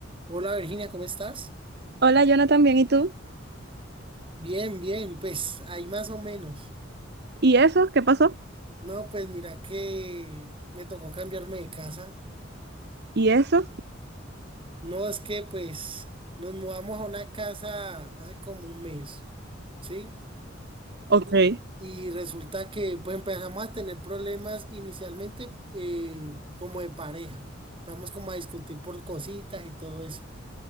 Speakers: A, on the right; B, on the right.
A: Hola Virginia, ¿cómo estás?
B: Hola, Jonathan, bien, ¿y tú?
A: Bien, bien, pues ahí más o menos.
B: ¿Y eso? ¿Qué pasó?
A: No, pues mira que me tocó cambiarme de casa.
B: ¿Y eso?
A: No, es que pues nos mudamos a una casa hace como un mes, ¿sí?
B: Ok.
A: Y resulta que pues empezamos a tener problemas inicialmente eh, como de pareja. Vamos como a discutir por cositas y todo eso.